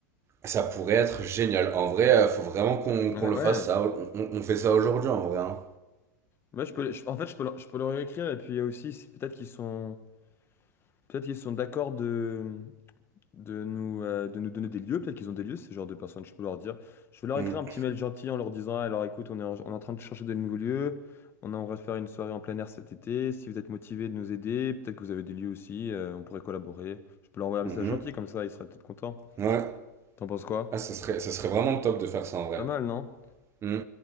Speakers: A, on the right; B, on the left.
A: Ça pourrait être génial. En vrai, euh, faut vraiment qu'on
B: Ouais,
A: qu'on le
B: ouais.
A: fasse ça. On, on- on fait ça aujourd'hui en vrai. hein.
B: Moi, je peux, je- en fait, je peux, leur- je peux leur écrire et puis aussi, si- peut-être qu'ils sont. Peut-être qu'ils sont d'accord de, de nous, euh, de nous donner des lieux. Peut-être qu'ils ont des lieux, ces genres de personnes. Je peux leur dire. Je vais leur
A: Mm.
B: écrire un petit mail gentil en leur disant, alors écoute, on est en, on est en train de chercher des nouveaux lieux. On aimerait faire une soirée en plein air cet été. Si vous êtes motivé de nous aider, peut-être que vous avez des lieux aussi. euh, on pourrait collaborer. Je peux leur envoyer un
A: Mhm.
B: message gentil, comme ça, ils seraient peut-être contents.
A: Ouais.
B: T'en penses quoi?
A: Ah, ce serait, ce serait vraiment top de faire ça en vrai.
B: Pas mal, non?
A: Mm.